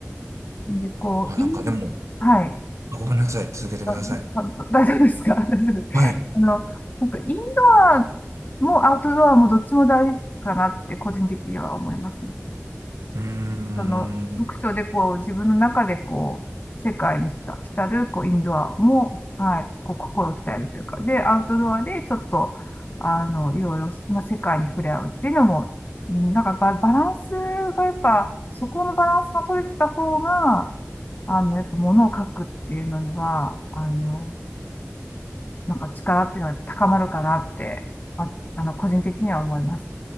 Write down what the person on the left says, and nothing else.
で、こう、
イン、はい。
あ、あど大丈夫ですか <laughs> 大丈夫。
あの、なんかインドアもアウトドアもどっちも大事かなって個人的には思いますね。
あの、読書でこう、自分の中でこう、世界に浸る、こう、インドアも、はい、こう、心を鍛えるというか、で、アウトドアでちょっと、あの、いろいろ、まあ、世界に触れ合うっていうのも、うんなんかバ、バランスがやっぱ、そこのバランスが取れた方が、あの、やっぱ物を書くっていうのには、あの、なんか力っていうのは高まるかなって、あ、あの、個人的には思います。